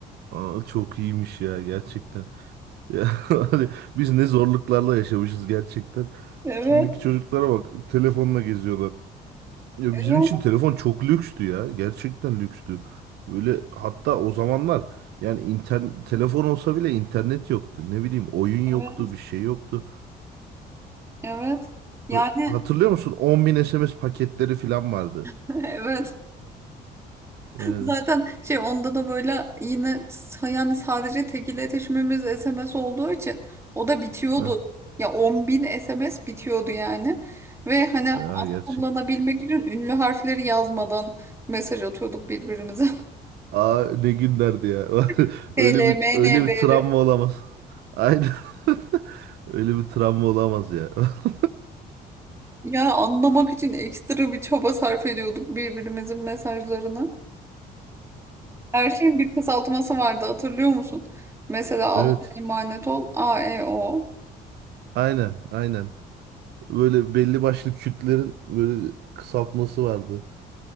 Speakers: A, on the right; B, on the right.
A: a- çok iyiymiş ya gerçekten. Ya, <laughs> hani biz ne zorluklarla yaşamışız gerçekten.
B: Evet.
A: Şimdiki çocuklara bak telefonla geziyorlar. Ya
B: Evet.
A: bizim için telefon çok lükstü ya. Gerçekten lükstü. Böyle hatta o zamanlar yani inter telefon olsa bile internet yoktu. Ne bileyim oyun
B: Evet.
A: yoktu, bir şey yoktu.
B: Evet. Yani
A: Ve Hatırlıyor musun? 10.000 SMS paketleri falan vardı.
B: <laughs> evet.
A: Yani,
B: Zaten şey onda da böyle yine s- yani sadece tek iletişimimiz SMS olduğu için o da bitiyordu.
A: heh,
B: Ya on bin SMS bitiyordu yani. Ve hani
A: ya
B: az
A: gerçekten.
B: kullanabilmek için ünlü harfleri yazmadan mesaj atıyorduk birbirimize.
A: Aa ne günlerdi ya. <laughs>
B: <laughs> TLMNBR.
A: Öyle bir öyle bir travma olamaz. Aynen. <laughs> Öyle bir travma olamaz ya. <laughs>
B: Ya anlamak için ekstra bir çaba sarf ediyorduk birbirimizin mesajlarını. Her şeyin bir kısaltması vardı hatırlıyor musun? Mesela Allah'a
A: Evet.
B: emanet ol AEO.
A: Aynen, aynen. Böyle belli başlı kütlerin böyle kısaltması vardı.